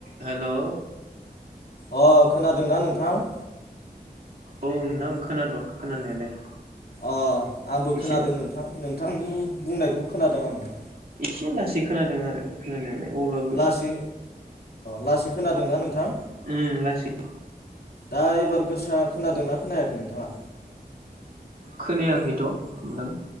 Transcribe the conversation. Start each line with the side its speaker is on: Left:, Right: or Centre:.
Right: Hello.
Left: अ खोनादोंना नोंथां?
Right: औ नोंथां खोनाद' खोनानायालाय।
Left: अ आंबो
Right: एसे
Left: खोनादों नोंथां नोंथांनि बुंनायखौ खोनादों औ।
Right: एसे लासै खोनादों आरो खोनानायालाय अब्लाबो
Left: लासै लासै खोनादों ना नोंथां?
Right: उम लासै।
Left: दा एबार गोसा खोनादोंना खोनायाखै नोंथाङा?
Right: खोनायाखैथ' नोंथां।